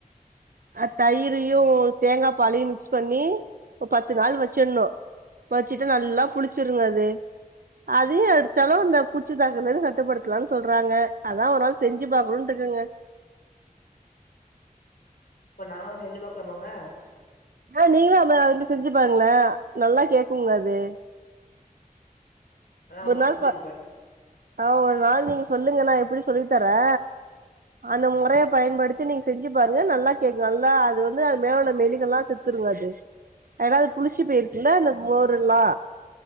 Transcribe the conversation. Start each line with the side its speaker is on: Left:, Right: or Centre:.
Right: அ தயிருயு தேங்காப்பாலையு மிக்ஸ் பண்ணி ஒ பத்து நாள் வச்சிடணு வச்சுட்டா நல்லா புளிச்சிருங்க அது அதையு அடிச்சாளு இந்த பூச்சித்தாக்குதல் கட்டுப்படுத்தலானு சொல்றாங்க அதா ஒரு நாள் செஞ்சு பாக்கணுன்ட்டு இருக்குங்க
Left: இப்ப நாங்களு செஞ்சு பாக்லாமாங்க
Right: அ நீங்களு அதுமா அது செஞ்சுப்பாருங்களே நல்லா கேக்குங்க அது
Left: ஆ உங்களா
Right: ஒரு நாள்
Left: செஞ்சு
Right: பா
Left: பாக்குறோ
Right: ஆ ஒரு நாள் நீங்க சொல்லுங்க நான் எப்படின் சொல்லி தரே அந்த மொறய பயன்படுத்தி நீங்க செஞ்சு பாருங்க நல்லா கேக்கு நல்லா அது வந்து அ மேல உள்ள மெலிக எல்லா செத் துருங்கது ஏனா அது புளிச்சு போயிருக்குல்ல இந்த மோரல்லா